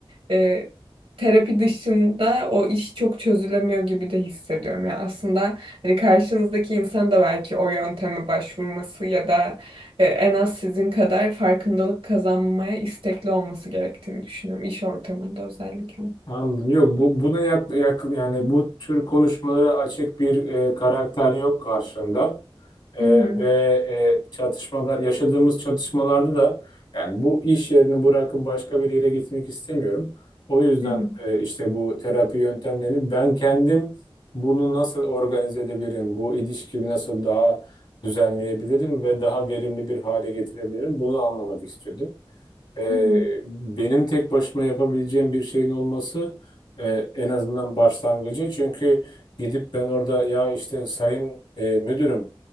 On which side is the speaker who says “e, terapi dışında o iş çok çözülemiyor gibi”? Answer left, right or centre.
Right